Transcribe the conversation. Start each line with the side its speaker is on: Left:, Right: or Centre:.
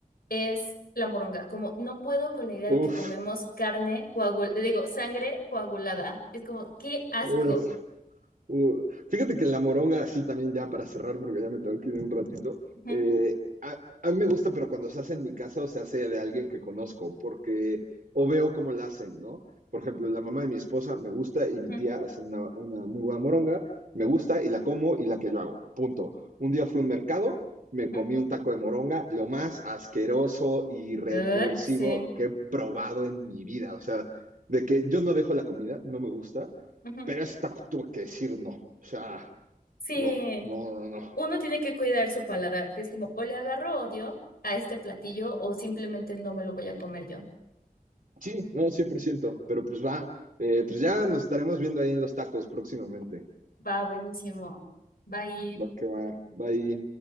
Left: es la moronga. Como no puedo con la idea
Right: uf,
Left: de que comemos carne coagulada, digo, sangre coagulada. Es como, qué asco.
Right: uf. Uh, fíjate que en la moronga, así también ya para cerrar, porque ya me tengo que ir en un ratito,
Left: Ujú,
Right: eh, a, a mí me gusta, pero cuando se hace en mi casa o se hace de alguien que conozco, porque o veo cómo la hacen, ¿no? Por ejemplo, la mamá de mi esposa me gusta y mi
Left: ujú,
Right: tía hace una, una muy buena moronga, me gusta y la como y la que yo hago, punto. Un día fui a un mercado, me
Left: ujú,
Right: comí un taco de moronga, lo más asqueroso y repulsivo
Left: Eh, sí.
Right: que he probado en mi vida, o sea, de que yo no dejo la comida, no me gusta,
Left: ujú.
Right: pero esta tuve que decir no. O sea,
Left: Sí,
Right: no, no, no, no.
Left: uno tiene que cuidar su paladar, que es como, o le agarro odio a este platillo o simplemente no me lo voy a comer yo.
Right: Sí, no, 100%, pero pues va, eh, pues ya nos estaremos viendo ahí en los tacos próximamente.
Left: Va, buenísimo. Bye.
Right: Va que va, va ahí